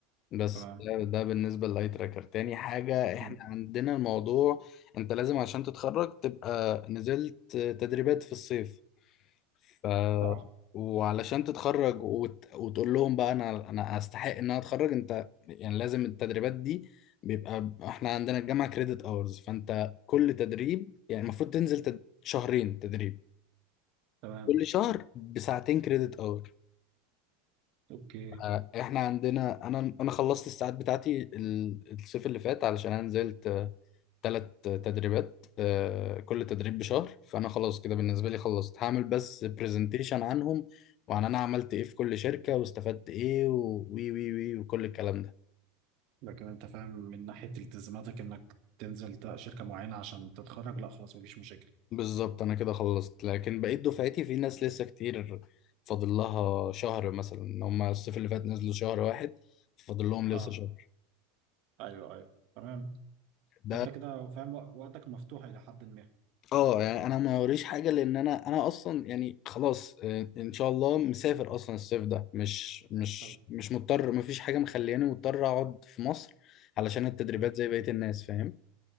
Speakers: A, on the left; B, on the right.
A: بس
B: تمام
A: ده, ده بالنسبة للاي تراكر تاني حاجة احنا
B: مم.
A: عندنا الموضوع انت لازم عشان تتخرج تبقى نزلت تدريبات في الصيف ف
B: اه
A: وعلشان تتخرج وت... وتقول لهم بقى انا انا استحق ان انا اتخرج انت يعني لازم التدريبات دي بيبقى احنا عندنا الجامعة كريدت اورز فانت كل تدريب يعني المفروض تنزل تد... شهرين تدريب
B: تمام
A: كل شهر بساعتين كريدت اور
B: اوكي
A: آه، احنا عندنا انا انا خلصت الساعات بتاعتي ال- الصيف اللي فات علشان انا نزلت ثلاث تدريبات آه، كل تدريب بشهر فانا خلاص كده بالنسبه لي خلصت هعمل بس برزنتيشن عنهم وعن انا عملت ايه في كل شركه واستفدت ايه و- وي وي وي وكل الكلام ده
B: لكن انت فاهم من ناحيه التزاماتك انك تنزل تا- شركه معينه عشان تتخرج لا خلاص مفيش مشاكل
A: بالظبط انا كده خلصت لكن بقيت دفعتي في ناس لسه كتير فاضل لها شهر مثلا هم الصيف اللي فات نزلوا شهر واحد فاضل لهم
B: اه
A: لسه شهر
B: ايوه ايوه تمام
A: ده
B: انت كده فاهم وق- وقتك مفتوح الى حد ما
A: اه يعني انا ما وريش حاجه لان انا انا اصلا يعني خلاص آه، ان شاء الله مسافر اصلا الصيف ده مش مش
B: طب.
A: مش مضطر ما فيش حاجه مخلياني مضطر اقعد في مصر علشان التدريبات
B: مم.
A: زي بقيه الناس فاهم